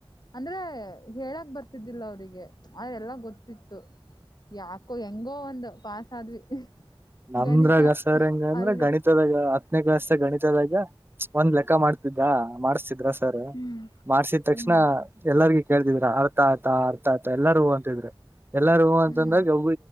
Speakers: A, on the left; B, on the right.
A: ಅಂದ್ರೆ ಹೇಳಕ್ ಬರ್ತಿದ್ದಿಲ್ಲ ಅವರಿಗೆ ಅದೆ ಎಲ್ಲ ಗೊತ್ತಿತ್ತು ಯಾಕೋ ಹೆಂಗೋ ಒಂದ್ ಪಸ್ ಆದ್ವಿ
B: ನಮ್ರಗಸರಂಗ
A: ಗಣಿತ
B: ಅಂದ್ರ
A: ಅಲ್ಲಿ
B: ಗಣಿತದಾಗ ಹತ್ತನೇ ಕ್ಲಾಸ್ ಗಣಿತದಾಗ ಒಂದ್ ಲೆಕ್ಕ ಮಾಡ್ತಿದ್ದ ಮಾಡ್ಸಸ್ತಿದ್ರ ಸರ್
A: ಹ್ಮ್
B: ಮಾಡ್ಸಿದ ತಕ್ಷಣ
A: ಹ್ಮ್
B: ಎಲ್ಲರ್ಗ ಕೇಳದ್ರ ಅರ್ಥ ಆಯ್ತಾ ಅರ್ಥ ಆಯ್ತಾ ಎಲ್ಲಾರ ಹೂ ಅಂತಿದ್ರಿ ಎಲ್ಲಾರ ಹೂ
A: ಹ್ಮ್
B: ಅಂತಂದ್ರಾಗ